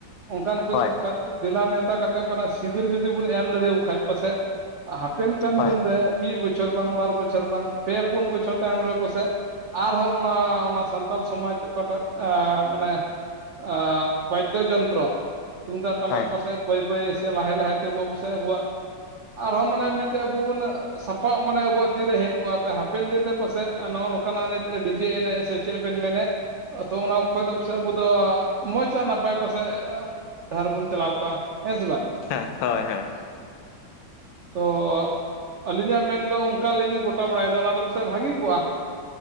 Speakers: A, on the right (about 70°); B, on the left (about 75°).
A: ᱚᱝᱠᱟᱱ ᱠᱚ
B: ᱦᱳᱭ
A: ᱫᱮᱜ ᱠᱟ ᱫᱮᱞᱟ ᱱᱮᱣᱛᱟ ᱠᱟᱛᱮ ᱚᱝᱠᱟᱱᱟᱜ ᱥᱤᱵᱤᱨ ᱡᱩᱫᱤ ᱵᱚᱱ ᱮᱢ ᱫᱟᱲᱮᱣ ᱠᱷᱟᱡ ᱯᱟᱥᱮᱜ ᱦᱟ ᱯᱮᱱ ᱠᱟᱱ
B: ᱦᱳᱭ
A: ᱫᱤᱱ ᱨᱮ ᱢᱤᱫ ᱵᱚᱪᱷᱚᱨ ᱵᱟᱝ ᱵᱟᱨ ᱵᱚᱪᱷᱚᱨ ᱵᱟᱝ ᱯᱮ ᱯᱩᱱ ᱵᱚᱪᱷᱚᱨ ᱛᱟᱭᱚᱢ ᱨᱮ ᱯᱟᱥᱮᱜ ᱟᱨᱦᱚᱸ ᱚᱱᱟ ᱚᱱᱟ ᱥᱟᱱᱛᱟᱞ ᱥᱚᱢᱟᱡᱽ ᱚᱠᱟᱴᱟᱜ ᱟ ᱢᱟᱱᱮ ᱟᱻ ᱵᱟᱫᱽᱫᱚ ᱡᱚᱱᱛᱨᱚ ᱛᱩᱢᱫᱟᱜ ᱴᱟᱢᱟᱠ
B: ᱦᱳᱭ
A: ᱠᱚᱥᱮ ᱵᱟᱹᱭ ᱵᱟᱹᱭ ᱥᱮ ᱞᱟᱦᱟᱭ ᱞᱟᱦᱟᱭ ᱛᱮᱵᱚ ᱯᱟᱥᱮᱜ ᱟᱵᱚᱣᱟᱜ ᱟᱨᱦᱚᱸ ᱢᱟᱱᱮ ᱢᱤᱫᱴᱮᱡ ᱟᱵᱩ ᱵᱚᱱ ᱥᱟᱯᱟᱵ ᱢᱟᱱᱮ ᱟᱵᱚᱣᱟᱜ ᱛᱤᱨᱮ ᱦᱮᱡ ᱠᱚᱜᱼᱟ ᱛᱮ ᱦᱟᱯᱮᱱ ᱫᱤᱱ ᱨᱮ ᱯᱟᱥᱮᱜ ᱱᱚᱜᱼᱚ ᱱᱚᱝᱠᱟᱱᱟᱜ ᱱᱤᱛ ᱰᱤᱡᱮ ᱮᱱᱮᱡ ᱥᱮ ᱪᱮᱫ ᱵᱮᱱ ᱢᱮᱱᱮᱫ, ᱛᱚ ᱚᱱᱟ ᱠᱚ ᱠᱷᱚᱡ ᱫᱚ ᱯᱟᱥᱮᱜ ᱟᱵᱚ ᱫᱚ ᱢᱚᱡᱽ ᱟᱨ ᱱᱟᱯᱟᱭ ᱯᱟᱥᱮᱜ ᱰᱟᱦᱟᱨ ᱵᱚᱱ ᱪᱟᱞᱟᱣ ᱠᱚᱜᱼᱟ, ᱦᱮᱸ ᱥᱮ ᱵᱟᱝ?
B: ᱦᱮᱸ, ᱦᱳᱭ ᱦᱳᱭ ᱾
A: ᱛᱚᱻ ᱟᱹᱞᱤᱧᱟᱜ ᱢᱮᱱᱫᱚ ᱚᱝᱠᱟᱞᱤᱧ ᱜᱚᱴᱟ ᱵᱟᱲᱟᱭᱮᱫᱟ, ᱚᱱᱟ ᱫᱚ ᱯᱟᱥᱮᱡ ᱵᱷᱟᱹᱜᱤ ᱠᱚᱜᱼᱟ᱾